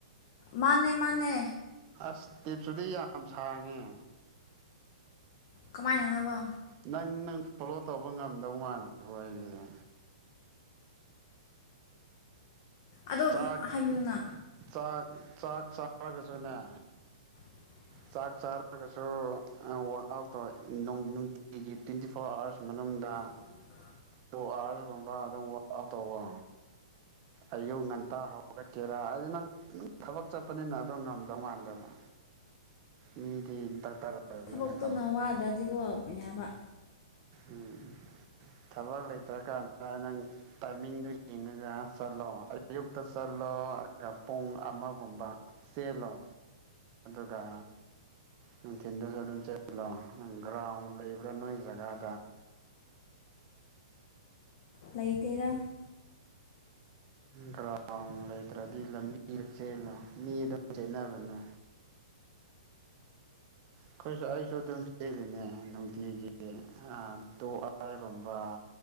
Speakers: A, on the left; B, on the right.
A: ꯃꯥꯅꯦ ꯃꯥꯅꯦ
B: ꯑꯁ ꯇꯤꯞꯁꯨꯗꯤ ꯌꯥꯝ ꯁꯥꯡꯉꯦ
A: ꯀꯃꯥꯏꯅꯅꯣꯕ
B: ꯅꯪ ꯅꯪ ꯐꯣꯂꯣ ꯇꯧꯕ ꯉꯝꯗꯧ ꯃꯥꯜꯂꯦ ꯑꯩꯈꯣꯏ ꯑꯩꯁꯦ
A: ꯑꯗꯣ
B: ꯆꯥꯛ
A: ꯍꯥꯏꯕꯤꯌꯨꯅ
B: ꯆꯥꯛ ꯆꯥꯛ ꯆꯥꯔꯒꯁꯨꯅꯦ
A: <inaudible>
B: ꯆꯥꯛ ꯆꯥꯔꯒꯁꯨ ꯋꯔꯥꯛ ꯑꯥꯎꯠ ꯇꯧꯔꯛ ꯅꯨꯡꯇꯤꯒꯤ ꯇ꯭ꯋꯦꯟꯇꯤ ꯐꯣꯔ ꯑꯥꯋꯥꯔꯁ ꯃꯅꯨꯡꯗ
A: <inaudible>
B: ꯇꯨ ꯑꯋꯥꯔꯁꯀꯨꯝꯕ ꯑꯗꯨꯝꯋ ꯑꯥꯎ ꯇꯧꯕ ꯑꯌꯨꯛ ꯉ ꯍꯧꯒꯠꯀꯦꯔꯥ ꯍꯥꯏꯗꯤ ꯅꯪ ꯊꯕꯛ ꯆꯠꯄꯅꯤꯅ ꯑꯗꯣ ꯉꯝꯗꯧ ꯃꯥꯟꯗꯕ ꯃꯤꯗꯤ ꯗꯔꯇꯔ ꯑꯣꯏꯕꯅꯤꯅꯀꯣ
A: ꯊꯕꯛꯇꯨꯅ ꯋꯥꯗ꯭ꯔꯗꯤꯀꯣ ꯌꯥꯕ
B: ꯎꯝ ꯊꯕꯛ ꯂꯩꯇ꯭ꯔꯀꯥꯟꯗ ꯅꯪ ꯇꯥꯏꯃꯤꯡꯗꯨ ꯌꯦꯡꯉꯒ ꯆꯂꯣ ꯑꯌꯨꯛꯇ ꯆꯠꯂꯣ ꯄꯨꯡ ꯑꯃꯒꯨꯝꯕ ꯆꯦꯜꯂꯣ ꯗ ꯅꯨꯡꯊꯤꯟꯗꯨꯁꯨ ꯑꯗꯨꯝ ꯆꯠꯂꯣ ꯅ ꯒ꯭ꯔꯥꯎꯟ ꯂꯩꯕ꯭ꯔꯥ ꯅꯣꯏ ꯖꯒꯥꯗ
A: ꯂꯩꯇꯦꯗ
B: ꯒ꯭ꯔꯥꯎꯟ ꯂꯩꯇ꯭ꯔꯗꯤ ꯂꯝꯕꯤ ꯆꯦꯜꯂꯨ ꯃꯤ ꯑꯗꯨꯝ ꯆꯦꯅꯕꯅꯦ ꯑꯩꯈꯣꯏꯁꯨ ꯑꯩꯁꯨ ꯑꯗꯨꯝ ꯆꯦꯜꯂꯤꯅꯦ ꯅꯨꯡꯇꯤꯒꯤ ꯇꯨ ꯑꯥꯔꯒꯨꯝꯕ